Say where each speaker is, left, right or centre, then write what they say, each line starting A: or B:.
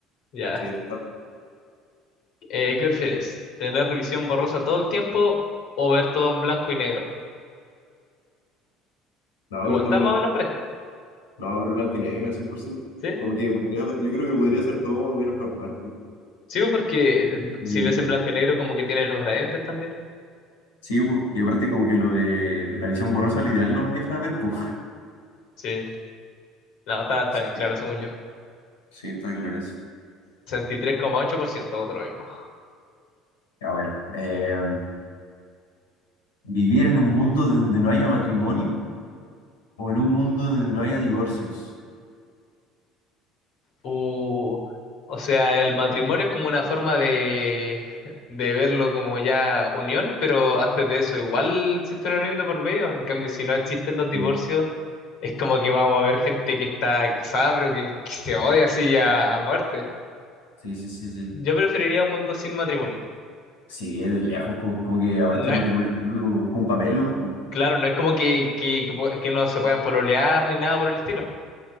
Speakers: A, on the left; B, on the left.
A: Ya.
B: Sí, esto está.
A: Eh, ¿qué prefieres? ¿Tener revisión borrosa todo el tiempo o ver todo en blanco y negro?
B: No, a
A: Igual
B: ver, todo
A: está
B: en blanco.
A: más o menos pareja,
B: No, hablo blanco y negro, cien por ciento
A: ¿sí?
B: Como que podría, yo creo que podría ser todo más o menos normal. pues.
A: Sí, pues, porque eh,
B: Y-
A: si ves en blanco y negro como que tienes los gradientes también.
B: sí, pues, y aparte como que lo de la visión borrosa literal no me deja ver, pues.
A: Sí. No, está, está
B: Sí,
A: bien claro, según yo.
B: sí, está claro eso.
A: 63,8% voto lo mismo.
B: Ya bueno, eh, ¿vivir en un mundo donde no haya matrimonio o en un mundo donde no haya divorcios?
A: O, o sea, el matrimonio es como una forma de, de verlo como ya unión, pero antes de eso igual existe una unión de por medio. En cambio, si no existen los divorcios,
B: Mm.
A: es como que vamos a ver gente que está casada, pero que, que se odia así a, a muerte.
B: Sí, sí, sí, sí. Sí,
A: Yo preferiría un mundo sin matrimonio.
B: Sí, de lejos, pues como que aparte
A: No
B: el
A: es-
B: matrimonio es como, algo- como un papel, nomás, pues
A: claro, no es como que, que, que po- que no se puedan pololear ni nada por el estilo. <laughs>